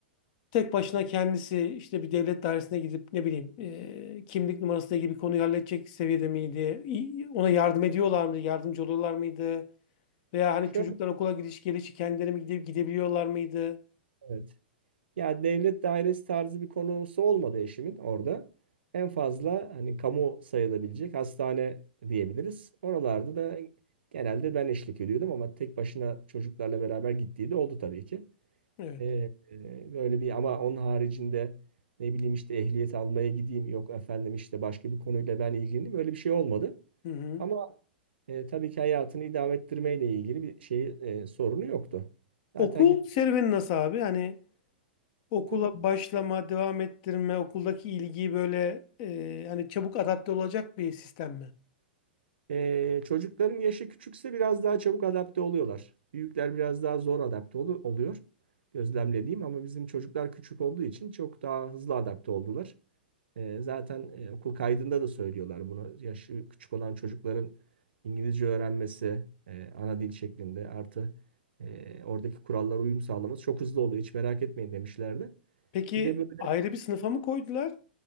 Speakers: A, on the left (about 50°); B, on the right (about 85°).
A: Tek başına kendisi işte bir devlet dairesine gidip ne bileyim e, kimlik numarası gibi konuyu halledecek seviyede miydi? İ- Ona yardım ediyorlar mıydı? Yardımcı oluyorlar mıydı? Veya hani
B: Şöyle
A: çocuklar okula gidiş gelişi kendileri mi gidip gidebiliyorlar mıydı?
B: evet. Ya devlet dairesi tarzı bir konusu olmadı eşimin orada. En fazla hani kamu sayılabilecek hastane diyebiliriz. Oralarda da genelde ben eşlik ediyordum ama tek başına çocuklarla beraber gittiği de oldu tabii ki.
A: Evet.
B: Ee, e, böyle bir ama onun haricinde ne bileyim işte ehliyet almaya gideyim yok efendim işte başka bir konuyla ben ilgileneyim böyle bir şey olmadı.
A: Hı hı.
B: Ama E, tabii ki hayatını idame ettirmeyle ilgili bir şey e, sorunu yoktu. Zaten
A: Okul
B: git
A: serüveni nasıl abi? Hani okula
B: okul
A: başlama, devam ettirme, okuldaki ilgiyi böyle e, hani çabuk adapte olacak bir sistem mi?
B: e, çocukların yaşı küçükse biraz daha çabuk adapte oluyorlar. Büyükler biraz daha zor adapte olu- oluyor. Gözlemlediğim ama bizim çocuklar küçük olduğu için çok daha hızlı adapte oldular. E, zaten e, okul kaydında da söylüyorlar bunu. Yaşı küçük olan çocukların İngilizce öğrenmesi e, ana dil şeklinde artı e, oradaki kurallara uyum sağlaması çok hızlı oluyor. Hiç merak etmeyin demişlerdi.
A: Peki
B: Bir de böyle
A: ayrı bir sınıfa mı koydular?